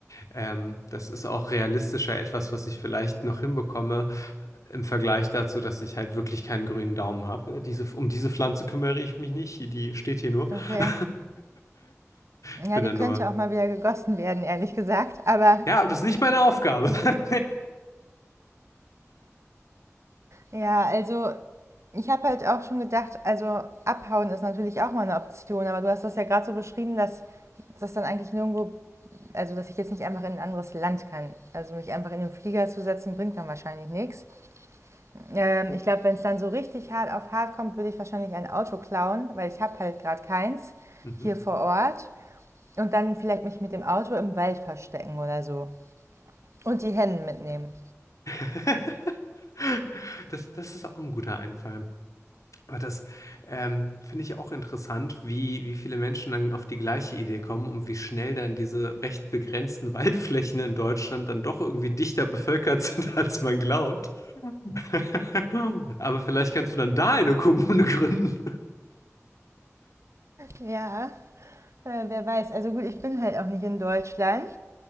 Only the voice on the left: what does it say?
Ähm, das ist auch realistischer etwas, was ich vielleicht noch hinbekomme im Vergleich dazu, dass ich halt wirklich keinen grünen Daumen habe. Diese, um diese Pflanze kümmere ich mich nicht, die steht hier nur.
<laughs> Ich
bin
da nur.
Ja, aber das ist nicht meine Aufgabe. <laughs>
Mhm.
<laughs> Das, das ist auch ein guter Einfall. Aber das ähm, finde ich auch interessant, wie, wie viele Menschen dann auf die gleiche Idee kommen und wie schnell dann diese recht begrenzten <laughs> Waldflächen in Deutschland dann doch irgendwie dichter bevölkert sind, <laughs> als man glaubt. <laughs> Aber vielleicht kannst du dann da eine Kommune gründen.